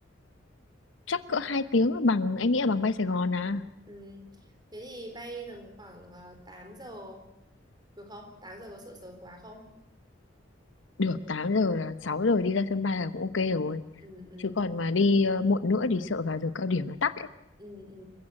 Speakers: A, on the left; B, on the right.
A: chắc cỡ hai tiếng là bằng em nghĩ là bằng bay Sài Gòn à
B: ừ. thế thì bay tầm khoảng uh, 8 giờ được không 8 giờ có sợ sớm quá không
A: được tám giờ là 6 giờ đi ra sân bay là cũng ok rồi
B: ừ, ừ.
A: chứ còn mà đi ờ, muộn nữa thì sợ vào giờ cao điểm nó tắc
B: ừ ừ